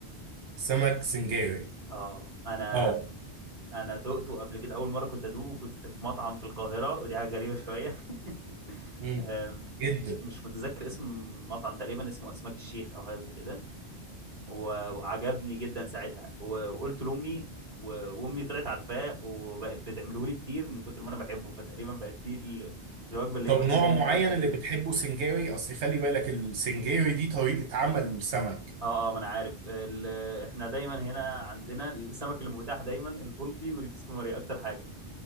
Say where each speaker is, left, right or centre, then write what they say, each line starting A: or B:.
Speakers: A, on the right; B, on the right.
A: سمك سنجاري
B: اه انا
A: اه
B: انا دقته قبل كده اول مره كنت ادوقه كنت في مطعم في القاهره ودي حاجه غريبه شويه <laughs>
A: مم.
B: أم،
A: جدا
B: مش مش متذكر اسم المطعم تقريبا اسمه اسماك الشيخ او حاجه زي كده و- وعجبني جدا ساعتها و- وقلت لامي و- وامي طلعت عارفاه وبقت بتعمله لي كتير من كتر ما انا بحبه فتقريبا بقت دي ال- الوجبه اللي
A: طب
B: هي ايه
A: نوع
B: زي المكافاه
A: معين
B: كده
A: اللي بتحبه سنجاري اصل خلي بالك السنجاري دي طريقة عمل سمك
B: اه اه ما انا عارف ال- احنا دايما هنا عندنا السمك المتاح دايما البلطي والكسكومري اكتر حاجه